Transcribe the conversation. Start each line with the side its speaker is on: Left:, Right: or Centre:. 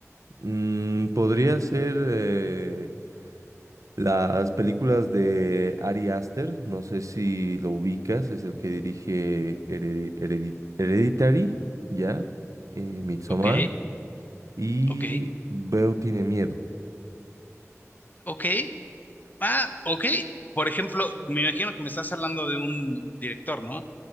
Right: mm, podría ser eh, las películas de Ari Aster, no sé si lo ubicas, es el que dirige Heredi- Heredi- Hereditary, ¿ya? Eh, Midsommar
Left: Ok,
Right: y
Left: ok,
Right: Veo tiene miedo.
Left: ok. Ah, ok. Por ejemplo, me imagino que me estás hablando de un director, ¿no?